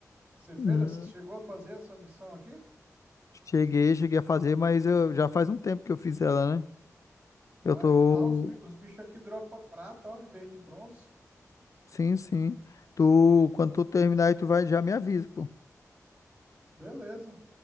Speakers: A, on the right; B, on the left.
A: Você fez
B: hum.
A: essa, chegou a fazer essa missão aqui?
B: Cheguei, cheguei a fazer, mas eu, já faz um tempo que eu fiz ela, né?
A: Ah,
B: Eu tô.
A: ent- ah, os, bi- os bichos aqui dropam prata, ó, em vez de bronze.
B: Sim, sim. Tu, quando
A: Vo-
B: tu terminar aí, tu vai, já me avisa, pô.
A: Beleza.